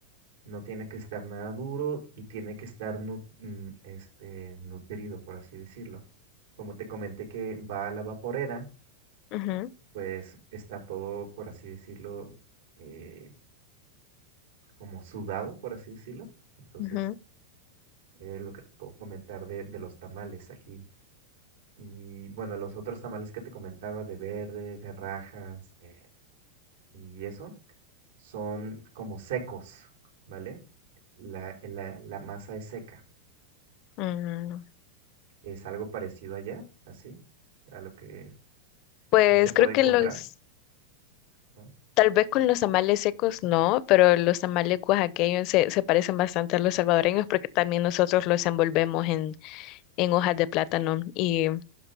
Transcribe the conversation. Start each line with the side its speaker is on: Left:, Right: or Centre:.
Right: no tiene que estar nada duro y tiene que estar nu- mm, este, nutrido, por así decirlo. Como te comenté que va a la vaporera,
Left: Ujú,
Right: pues está todo, por así decirlo, eh, como sudado, por así decirlo. Entonces,
Left: ujú,
Right: es lo que te puedo comentar de, de los tamales aquí Y bueno, los otros tamales que te comentaba de verde, de rajas eh, y eso, son como secos, ¿vale? La, eh, la, la masa es seca.
Left: mm.
Right: Es algo parecido allá, así, a lo que
Left: Pues
Right: o se puede
Left: creo que
Right: encontrar.
Left: los,
Right: Ajá.
Left: tal vez con
Right: Eh,
Left: los tamales secos no, pero los tamales oaxaqueños se, se parecen bastante a los salvadoreños porque también nosotros los envolvemos en, en hojas de plátano y